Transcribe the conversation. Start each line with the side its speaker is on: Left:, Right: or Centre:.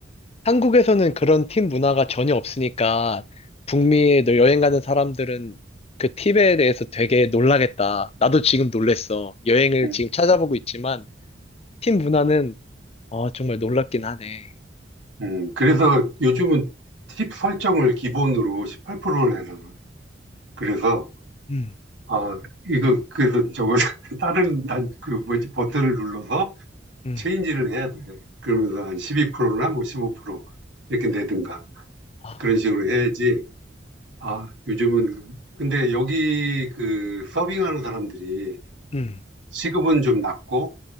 Left: 한국에서는 그런 팀 문화가 전혀 없으니까
Right: 그치.
Left: 북미에 너 여행 가는 사람들은 그 팁에 대해서 되게 놀라겠다. 나도 지금 놀랬어. 여행을
Right: 음,
Left: 지금 찾아보고 있지만 팀 문화는 어, 정말 놀랍긴 하네.
Right: 음. 그래서 요즘은 팁 설정을 기본으로 18%를 해놔. 그래서
Left: 음,
Right: 아, 이거, 그래서 저거, <laughs> 다른 단, 그 뭐지, 버튼을 눌러서
Left: 음,
Right: 체인지를 해야 돼. 그러면서 한 12%나 뭐 15% 이렇게 내든가.
Left: 아,
Right: 그런 식으로 해야지. 아, 요즘은, 근데 여기 그 서빙하는 사람들이
Left: 음,
Right: 시급은 좀 낮고,